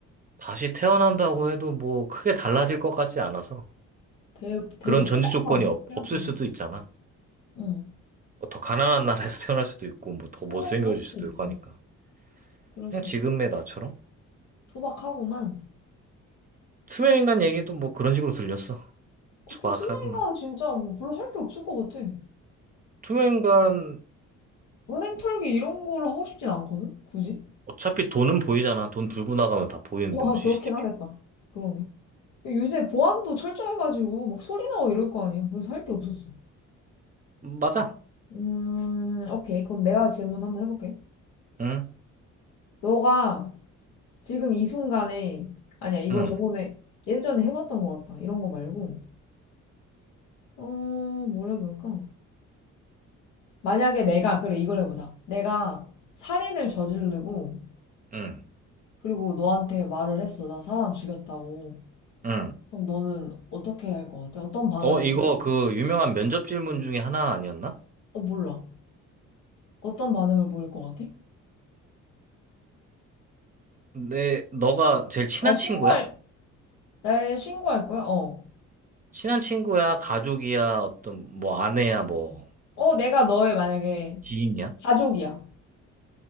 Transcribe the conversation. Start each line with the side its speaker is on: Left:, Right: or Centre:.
Right: 다시 태어난다고 해도 뭐 크게 달라질 것 같지 않아서
Left: 되게, 되게
Right: 그런
Left: 소박하네,
Right: 전제 조건이 없,
Left: 생각보다.
Right: 없을 수도 있잖아.
Left: 응.
Right: 뭐더 가난한 나라에서 <laughs> 태어날 수도 있고 뭐 더
Left: 물론
Right: 못생겨질
Left: 그럴 수도
Right: 수도
Left: 있지.
Right: 있고 하니까
Left: 그럴
Right: 그냥
Left: 수
Right: 지금의
Left: 있지.
Right: 나처럼
Left: 소박하구만.
Right: 투명인간 얘기도 뭐 그런 식으로 들렸어.
Left: 그,
Right: 소박하구만.
Left: 그 투명이가 진짜 뭐 별로 할 게 없을 것 같아.
Right: 투명인간
Left: 은행 털기 이런 거를 하고 싶진 않거든? 굳이?
Right: 어차피 돈은 보이잖아. 돈 들고 나가면 다 보이는데
Left: 아,
Right: 뭐 CCTV.
Left: 그렇긴 하겠다. 그러네. 요새 보안도 철저해가지고 막 소리 나고 이럴 거 아니야. 그래서 할 게 없었어.
Right: 맞아.
Left: 음, 오케이. 그럼 내가 질문 한번 해볼게.
Right: 응?
Left: 너가 지금 이 순간에, 아니야, 이거
Right: 응,
Left: 저번에, 예전에 해봤던 것 같다. 이런 거 말고, 어, 뭘 해볼까? 만약에 내가, 그래, 이걸 해보자. 내가 살인을 저지르고,
Right: 응,
Left: 그리고 너한테 말을 했어. 나 사람 죽였다고.
Right: 응.
Left: 그럼 너는 어떻게 할 것 같아? 어떤 반응을
Right: 어, 이거
Left: 보일,
Right: 그 유명한 면접 질문 중에 하나 아니었나?
Left: 어, 몰라. 어떤 반응을 보일 것 같아?
Right: 내, 너가 제일 친한
Left: 날 신고할,
Right: 친구야?
Left: 날 신고할 거야? 어.
Right: 친한 친구야, 가족이야, 어떤, 뭐, 아내야, 뭐,
Left: 어, 내가 너의 만약에
Right: 지인이야?
Left: 가족이야.